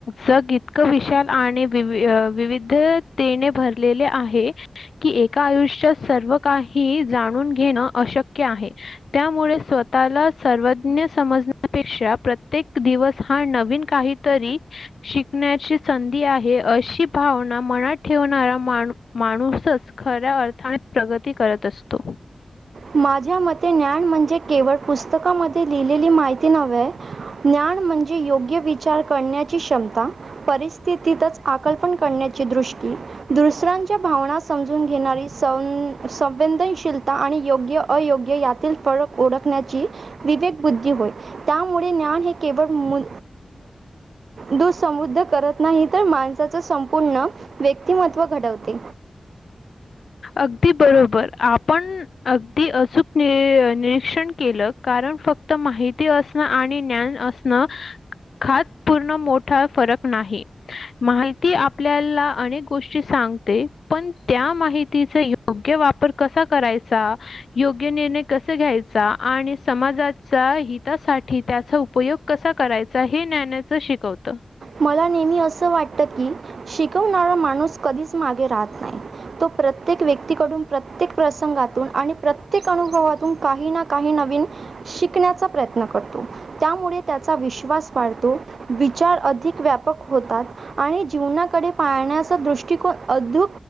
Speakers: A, on the left; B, on the right.
A: जग इतकं विशाल आणि वि विविधतेने भरलेले आहे. की एका आयुष्यात सर्व काही जाणून घेणं अशक्य आहे. त्यामुळे स्वतःला सर्वज्ञ समजण्यापेक्षा प्रत्येक दिवस. हा नवीन काहीतरी शिकण्याची संधी आहे अशी भावना मना. ठेवणारा माण माणूसच खऱ्या अर्थाने प्रगती करत असतो.
B: माझ्या मते ज्ञान म्हणजे केवळ पुस्तकामध्ये लिहिलेली माहिती नव्हे. ज्ञान म्हणजे योग्य विचार करण्याची क्षमता. परिस्थितीतच आकलपण करण्याची दृष्टी. दुसऱ्यांच्या भावना समजून घेणारी संवेदनशील. योग्य अयोग्य यातील फरक ओळखण्याची विवेक बुद्धी होय. त्यामुळे ज्ञान हे केवळ. दुःसमृद्ध करत नाही तर माणसाच संपूर्ण व्यक्तिमत्व घडवते.
A: अगदी बरोबर आपण. अगदी अचूक निरीक्षण केलं कारण फक्त माहिती असण आणि ज्ञान अस. खात पूर्ण मोठा फरक नाही. माहिती आपल्याला अक गोष्टी सांगते पण त्या माहि तिचा योग्य वापर कसा करायचा योग्य निर्णय कसा घ्यायचा आणि समाजात. हितासाठी त्याचा उपयोग कसा करायचा हे ज्ञनाचं शिकवतं.
B: मला नेहमी असं वाटतं की शिकवणारा माणूस कधीच मागे राहत नाही. तो प्रत्येक व्यक्तीकडून प्रत्येक प्रसंगातून आणि प्रत्येक अनुभवातून काही ना काही नवीन शिकण्याचा. प्रयत्न करतो त्यामुळे त्याचा विश्वास वाढतो विचार अधिक व्यापक होतात आणि जीवनाकडे पाळण्याचा दृष्टिकोन अधु